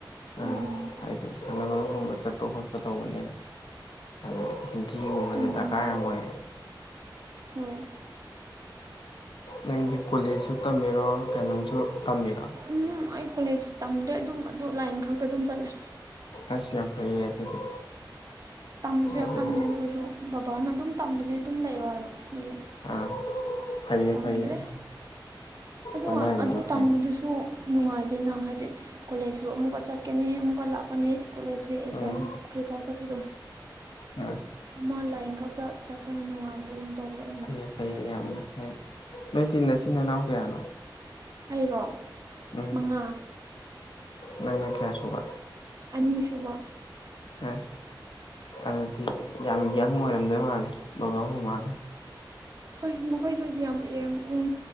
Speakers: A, on the left (about 80°); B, on the right (about 45°).
A: ꯑꯥ
B: ꯎꯝ
A: ꯍꯥꯏꯗꯤ ꯁꯥꯟꯅꯕꯒꯨꯝꯕ ꯆꯠꯄ ꯈꯣꯠꯄ ꯇꯧꯕꯅꯤꯅ ꯑꯗꯨꯗꯤ ꯍꯤꯟꯗꯤꯒꯨꯝꯕꯁꯦ
B: ꯎꯝ
A: ꯗꯔꯀꯥꯔ ꯌꯥꯝ ꯑꯣꯏ
B: ꯍꯣꯏ
A: ꯅꯪꯗꯤ ꯀꯣꯂꯦꯖꯁꯨ ꯇꯝꯃꯤꯔꯣ ꯀꯩꯅꯣꯝꯁꯨ ꯇꯝꯃꯤꯔꯣ
B: ꯎꯝ ꯍꯝ ꯑꯩ ꯀꯣꯂꯦꯖ ꯇꯝꯗꯦ ꯑꯗꯨꯝ ꯑꯗꯣ ꯂꯥꯏꯟ ꯈꯛꯇ ꯑꯗꯨꯝ ꯆꯠꯂꯦ
A: ꯑꯁ ꯌꯥꯝ ꯐꯩꯌꯦ ꯑꯗꯨꯗꯤ
B: ꯇꯝꯁꯤꯔ
A: ꯑꯗꯨꯗꯤ
B: ꯈꯟꯕꯅꯤ ꯑꯗꯨ ꯑꯣꯏꯁꯨ ꯕꯕꯥꯅ ꯑꯗꯨꯝ ꯇꯝꯗꯕꯤ ꯑꯗꯨꯝ ꯂꯩꯔꯣ ꯍꯥꯏꯕ ꯑꯗꯨꯒꯤ
A: ꯑꯥ ꯐꯩꯌꯦ
B: ꯇꯝꯗ꯭ꯔꯦ
A: ꯐꯩꯌꯦ ꯌꯥꯝ
B: ꯑꯗꯣ
A: ꯍꯣꯠꯅꯔꯤꯗꯣ
B: ꯑꯗꯨ ꯇꯝꯕꯗꯨꯁꯨ
A: ꯐꯩ
B: ꯅꯨꯡꯉꯥꯏꯇꯦꯅ ꯍꯥꯏꯗꯤ ꯀꯣꯂꯦꯖꯁꯨ ꯑꯃꯨꯛꯀ ꯆꯠꯀꯅꯤ ꯑꯃꯨꯛꯀ ꯂꯥꯛꯀꯅꯤ ꯀꯣꯂꯦꯖꯀꯤ ꯑꯦꯛꯖꯥꯝ
A: ꯎꯝ
B: ꯀ꯭ꯔꯤꯀꯥ ꯆꯠꯄꯗꯣ
A: ꯑꯥ
B: ꯑꯃ ꯂꯥꯏꯟ ꯈꯛꯇ ꯆꯠꯄꯅ ꯅꯨꯡ ꯉꯥꯏꯕꯒꯨꯝ ꯇꯧꯕ ꯑꯩꯅ
A: ꯐꯩꯌꯦ ꯐꯩꯌꯦ ꯌꯥꯝꯅ ꯅꯣꯏꯗꯤ ꯅꯆꯤꯟ ꯅꯅꯥꯎ ꯀꯌꯥꯅꯣ
B: ꯑꯩꯔꯣ
A: ꯎꯝ
B: ꯃꯉꯥ
A: ꯅꯪꯅ ꯀꯌꯥ ꯁꯨꯕ
B: ꯑꯅꯤꯁꯨꯕ
A: ꯑꯁ ꯑꯗꯨꯗꯤ ꯌꯥꯝ ꯌꯪ ꯑꯣꯏꯔꯝꯗꯣꯏ ꯃꯥꯜꯂꯦ ꯕꯕꯥ ꯃꯃꯥꯗꯣ
B: ꯍꯣꯏ ꯃꯈꯣꯏꯗꯣ ꯌꯥꯝ ꯌꯦꯡ ꯎꯝ